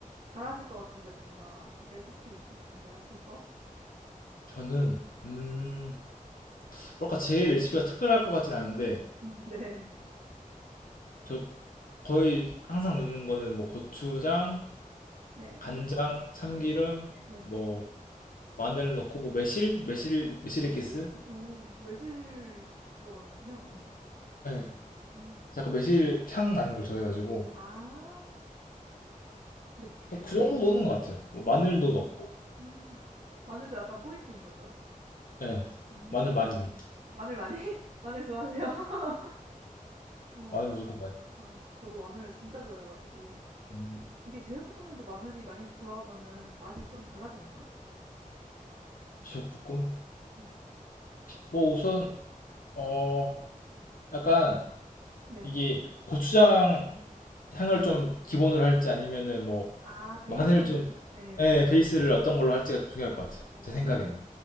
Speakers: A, on the right (about 55°); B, on the left (about 80°).
A: 잘하실 것 같은데 뭔가 레시피 있으신가요? 비법?
B: 저는, 음, 뭐랄까, 제 레시피가 특별할 것 같진 않은데,
A: <laughs> 네.
B: 저 거의 항상 넣는 거는 뭐 고추장,
A: 네,
B: 간장, 참기름,
A: 네, 네.
B: 뭐 마늘 넣고 뭐 매실, 매실, 매실액기스,
A: 매실? 어, 매실이 들어가는군요. 예.
B: 예,
A: 음.
B: 약간 매실 향 나는 걸 좋아해가지고
A: 아, 네.
B: 그 정도 넣는 것 같아요. 뭐 마늘도
A: 음,
B: 넣고,
A: 음, 마늘도 약간 포인트인 거죠.
B: 예,
A: 음.
B: 마늘 많이 근데
A: 마늘 많이? <laughs> 마늘 좋아하세요? <laughs> 어,
B: 마늘 무조건 많이.
A: 아, 저도 마늘을 진짜 좋아해가지고.
B: 음,
A: 이게 제육볶음면도 마늘이 많이 들어가면은 맛이 좀 달라지나요?
B: 제육볶음?
A: 네.
B: 뭐 우선 어 약간
A: 네.
B: 이게 고추장 향을 좀 기본으로 할지 아니면은 뭐
A: 아, 베이스.
B: 마늘 좀,
A: 네.
B: 예, 베이스를 어떤 걸로 할지가 중요할 것 같아요.
A: 오.
B: 제 생각에는.